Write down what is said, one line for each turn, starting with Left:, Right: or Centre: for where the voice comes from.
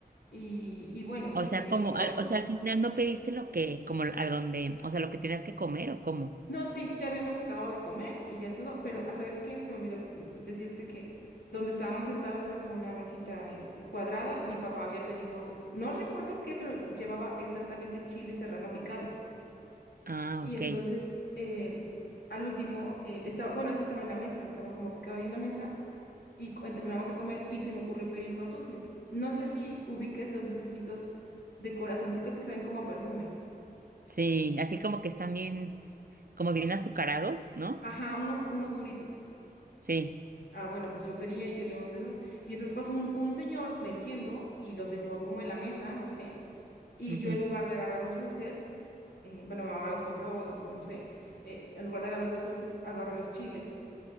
Left: Y, y bueno,
Right: O sea,
Left: eh,
Right: como,
Left: mi
Right: al- o sea, al final no pediste lo que, como a donde, o sea, lo que tenías que comer o cómo.
Left: No, sí, ya habíamos acabado de comer y ya todo, pero ah, ¿sabes qué? Se me olvidó mm, decirte que donde estábamos sentados era como una mesita este, cuadrada. Mi papá había pedido, no recuerdo qué, pero llevaba exactamente chile serrano picado.
Right: Ah,
Left: Y
Right: ok.
Left: entonces, em, al último, eh, estaba, bueno, esto estaba en la mesa, estaba como picado ahí en la mesa y cu- terminamos de comer y se me ocurrió pedir unos dulces. No sé si ubiques los dulcecitos de corazoncito que saben como a perfume.
Right: Sí, así como que están bien, como bien azucarados, ¿no?
Left: Ajá, unos, unos duritos.
Right: Sí.
Left: Ah, bueno, pues yo quería y quería unos de esos. Y entonces pasó un, un señor vendiendo y los dejó como en la mesa, no sé. Y
Right: ujú.
Left: yo en lugar de agarrar los dulces, eh, bueno, mi mamá los compró, o no sé, eh, en lugar de agarrar los dulces, agarré los chiles.